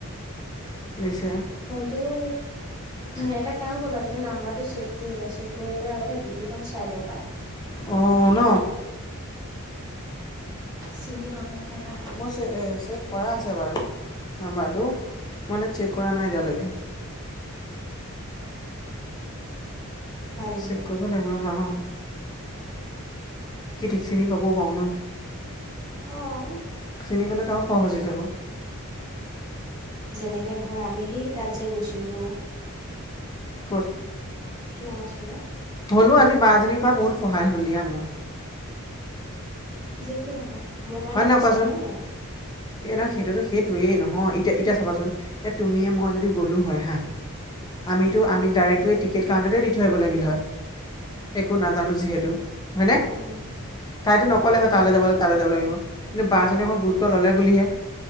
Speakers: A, on the left (about 20°); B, on the right (about 20°).
A: বেছেআ
B: হলেও, এটা কাম কৰিবা, তুমি নাম্বাৰটো চে'ভ কৰি ল'বা, চে'ভ কৰি লৈ পেলাই আগতে ডি পিখন চাই ল'বা!
A: অ', ন,
B: চিনি পাবও পাৰা।
A: মই চে চেভ কৰা আছে বাৰু নাম্বাৰটো মই মানে চেক
B: উম
A: কৰা নাই এতিয়ালৈকে!
B: হয় নেকি?
A: চেক কৰিব লাগিব ৰ'বা! অ', কি ঠিক, চিনি পাবও পাৰোঁ ন।
B: অঁ!
A: চিনি পালেতো আৰু সহজ হৈ যাব।
B: যেনেকে ধৰ, আমি সেই তাত যে গৈছিলোঁ।
A: ক'ত?
B: কি নাম আছিলে?
A: হ'লো আজি বাজনীৰ পৰা বহুত সহায় হ'ল, দিয়া মোৰ।
B: যি কি নহওক মোৰ কাৰণে
A: হয় নহয়
B: হৈছে
A: কোৱাচোন
B: হা।
A: এই ন সেইটোতো সেইটোৱেই নহয়, এতিয়া, এতিয়া চাবাচোন এয়া তুমিয়ে মই যদি গ'লোঁ হয় হাঁ। আমিতো আমি ডাইৰেক্ট গৈ এই টিকেট কাউন্টাৰতে দি থৈ আহিব লাগিল হয়! একো নাজানো যিহেতু! হয়নে?
B: উম
A: তাইতো নক'লে হয় তালৈ যাবলৈ! তালৈ যাব লাগিব, কিন্তু বা জনীয়ে আকৌ গুৰুত্ব ল'লে বুলিহে।